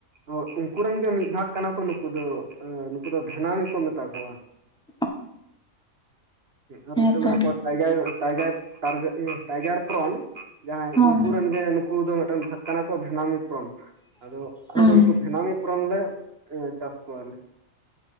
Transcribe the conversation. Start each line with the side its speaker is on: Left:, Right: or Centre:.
Right: ᱦᱚᱸ ᱩᱱᱠᱩ ᱨᱮᱱ ᱜᱮ ᱢᱤᱫ ᱵᱷᱟᱜᱽ ᱠᱟᱱᱟ ᱠᱚ ᱱᱩᱠᱩ ᱫᱚ ᱱᱩᱠᱩ ᱫᱚ ᱵᱷᱮᱱᱟᱢ ᱠᱚ ᱢᱮᱛᱟ ᱠᱚᱣᱟ᱾
Centre: <unintelligible>
Right: ᱟᱨ
Centre: ᱦᱮᱸᱛᱚ
Right: ᱢᱤᱫᱴᱟᱜ ᱢᱤᱱᱟᱜ ᱠᱚᱣᱟ ᱴᱟᱭᱜᱟᱭ ᱴᱟᱭᱜᱟᱭᱮᱯ᱾ ᱴᱟᱨ ᱴᱟᱭᱜᱟᱨ ᱯᱨᱚᱱ ᱡᱟᱦᱟᱸᱭ
Centre: ᱦᱚᱸ
Right: ᱩᱱᱠᱩ ᱨᱮᱱ ᱜᱮ ᱱᱩᱠᱩ ᱫᱚ ᱢᱤᱫᱴᱮᱱ ᱵᱷᱟᱜ ᱠᱟᱱᱟ ᱠᱚ ᱵᱷᱮᱱᱟᱢ᱾ ᱯᱷᱨᱚᱱ ᱟᱫᱚ ᱟᱞᱮ
Centre: ᱦᱩᱸ
Right: ᱫᱚ ᱩᱱᱠᱩ ᱵᱷᱮᱱᱟᱢᱤ ᱯᱷᱨᱚᱱ ᱞᱮ ᱪᱟᱥ ᱠᱚᱣᱟᱞᱮ᱾